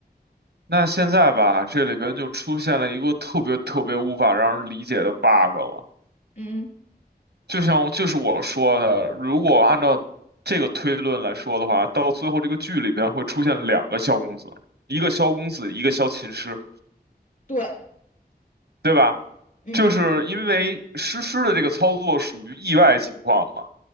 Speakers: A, on the right; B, on the left.
A: 那现在吧，这里边就出现了一个特别特别无法让人理解的 bug 了。
B: 嗯，
A: 就像就是我说的，如果按照这个推论来说的话，到最后这个剧里边会出现两个萧公子，一个萧公子，一个萧琴师，
B: 对，
A: 对吧？
B: 嗯，
A: 就是因为诗诗的这个操作属于意外情况嘛。